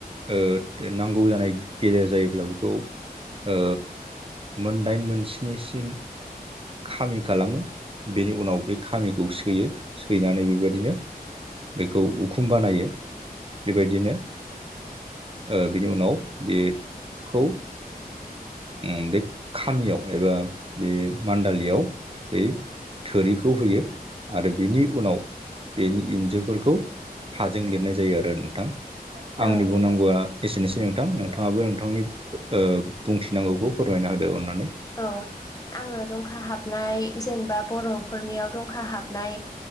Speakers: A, on the right (about 35°); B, on the left (about 20°).
A: ओ <unintelligible> नांगौ जानाय गेजेर जायोब्ला बेखौ ओ मोनदाइन मोनस्निसिम खामि खालामो बेनि उनाव बे खामिखौ सैयो सैनानै बेबायदिनो
B: <inaudible>
A: बेखौ उखुम बानायो बेबायदिनो ओ बिनि उनाव बे खौ उम बे खामियाव एबा बे मान्दालियाव बे थोरिखौ होयो आरो बेनि उनाव बेनि इन्जुर बेफोरखौ हाजों लिरनाय जायो आरो नोंथां आंनि
B: औ
A: बुंनांगौआ एसेनोसै नोंथां नोंथाङाबो नोंथांनि ओ बुंथिनांगौखौ फोरमायना होदो अनानै।
B: औ आङो दंखा हाबनाय जेनेबा बर'फोरनियाव दं खा हाबनाय